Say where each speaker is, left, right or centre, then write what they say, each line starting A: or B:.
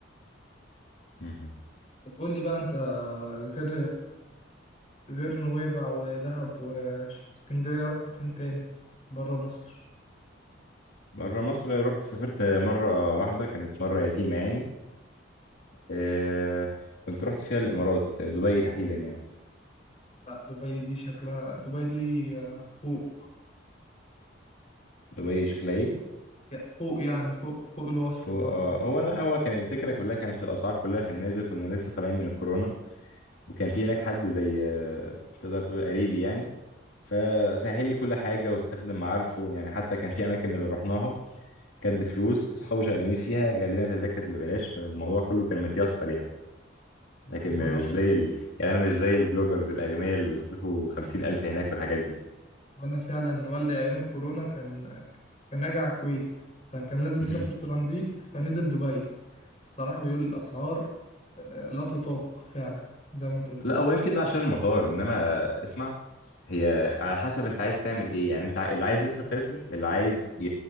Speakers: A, on the left; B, on the left.
A: مهم.
B: طب قول لي بقى انت غير غير نويبع ودهب واسكندرية رحت فين تاني برا مصر
A: بره مصر رحت سافرت مره واحده كانت مره يتيمه يعني آه كنت رحت فيها الامارات دبي تحديدا يعني
B: لا دبي دي شكلها دبي دي آه، فوق
A: دبي شكلها ايه
B: يا- فوق يعني فوق فوق الوصف
A: فهو-
B: برضه
A: آه،
B: يعني
A: هو لا هو كان الفكره كلها كانت الاسعار كلها في النازل كنا لسه طالعين من الكورونا وكان في هناك حد زي آه، تقدر تقول قريبي يعني فسهل لي كل حاجة واستخدم معارفه يعني حتى كان في أماكن من اللي رحناها كانت بفلوس أصحابه شغالين فيها جاب لنا تذاكر ببلاش فالموضوع كله كان متيسر يعني
B: لا
A: لكن
B: هو
A: م-
B: انا
A: مش زي ال... يعني أنا مش زي البلوجرز الأغنياء اللي بيصرفوا خمسين ألف هناك والحاجات دي
B: وانا فعلا والدي ايام الكورونا كان كان راجع على الكويت فكان لازم يسافر
A: مهم.
B: ترانزيت فنزل دبي الصراحة بيقول الاسعار آه، لا تطاق فعلا زي ما انت بتقول
A: لا هو يمكن ده عشان المطار إنما اسمع هي على حسب أنت عايز تعمل إيه يعني أنت ع- اللي عايز يصرف هيصرف اللي عايز ي...